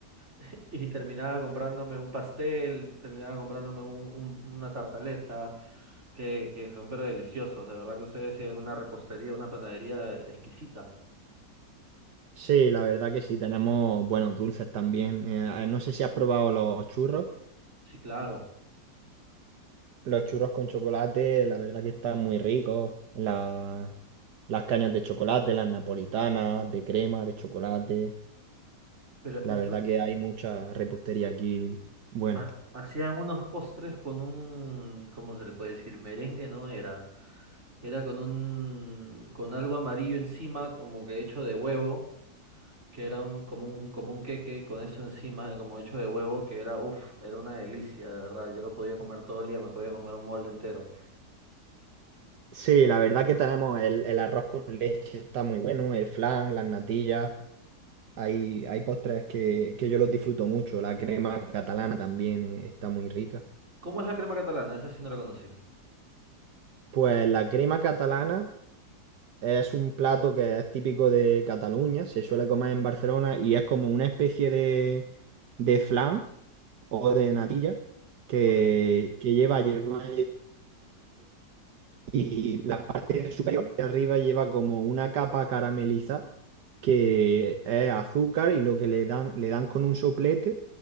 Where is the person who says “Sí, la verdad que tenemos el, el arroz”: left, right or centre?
Right